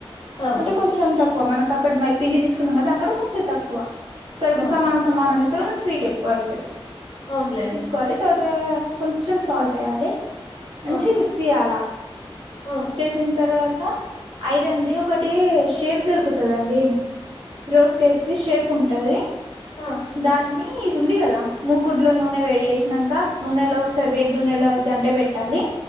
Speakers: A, on the left; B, on the right.
A: ఆ
B: అంటే కొంచెం తక్కువ మనం కప్పుడు పిండి తీసుకున్నాం క దాని కూడా కొంచెం తక్కువ స
A: ఆ
B: సమాన సమాన మస స్వీట్ ఎక్కువ అవుతుది
A: అవునులే
B: తీసుకోవాలి <unintelligible> తర్వాత కొంచెం సాల్ట్ వేయాలి మంచిగా
A: ఆ
B: మిక్సీ చేయాలా
A: ఆ
B: చేసిన తర్వాత ఐరన్ ది ఒకటి షేప్ దొరుకుతదండి రోస్ కేక్స్ ది షేప్ ఉంటది
A: ఆ ఆ
B: దాన్ని ఇది ఉంది కదా మూకుడ్లో నూనె వేడి చేసినాక నూనెలో ఒకసారి వేడి నూనెలో అది గంటే పెట్ టాలీ